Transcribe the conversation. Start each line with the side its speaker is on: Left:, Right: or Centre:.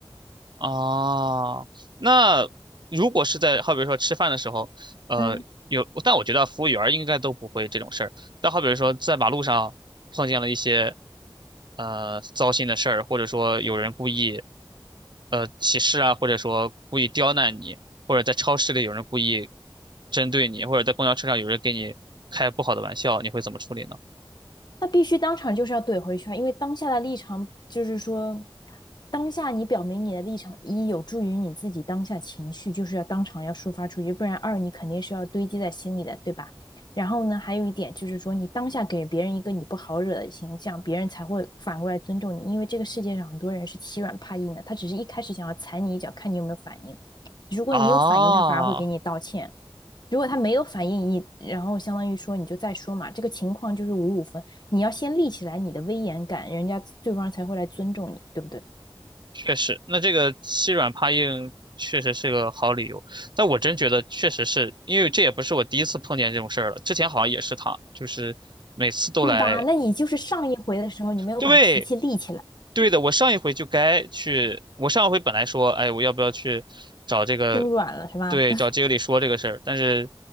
Right: 哦，那如果是在好比说吃饭的时候，呃，
Left: 嗯。
Right: 有，但我觉得服务员儿应该都不会这种事儿。但好比说在马路上碰见了一些呃糟心的事儿，或者说有人故意呃歧视啊，或者说故意刁难你，或者在超市里有人故意针对你，或者在公交车上有人给你开不好的玩笑，你会怎么处理呢？
Left: 那必须当场就是要怼回去啊，因为当下的立场就是说，当下你表明你的立场，一有助于你自己当下情绪，就是要当场要抒发出去，不然二你肯定是要堆积在心里的，对吧？然后呢，还有一点就是说，你当下给别人一个你不好惹的形象，别人才会反过来尊重你，因为这个世界上很多人是欺软怕硬的，他只是一开始想要踩你一脚，看你有没有反应。如果你有反应，
Right: 啊、
Left: 他反而会给你道歉。如果他没有反应你，然后相当于说你就再说嘛，这个情况就是五五分，你要先立起来你的威严感，人家对方才会来尊重你，对不对？
Right: 确实，那这个欺软怕硬确实是个好理由，但我真觉得确实是因为这也不是我第一次碰见这种事儿了，之前好像也是他，就是每次都来，
Left: 对吧？那你就是上一回的时候，你没有把脾气立起来，
Right: 对，对的，我上一回就该去，我上一回本来说，哎，我要不要去找这个，
Left: 心软了是吧？
Right: 对，
Left: <laughs>
Right: 找经理说这个事儿，但是